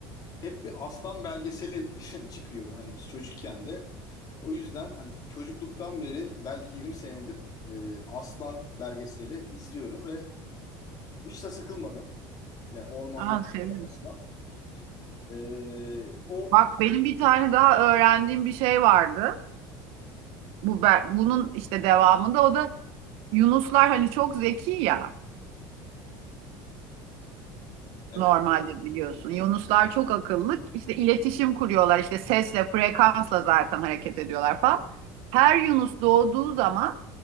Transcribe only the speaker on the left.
hep bir aslan belgeseli <laughs> çıkıyor. Hani biz çocukken de o yüzden hani çocukluktan beri belki 20 senedir e, aslan belgeseli izliyorum ve hiç de sıkılmadım. Yani ormanda
yaşayan
aslan. Ee, o
evet.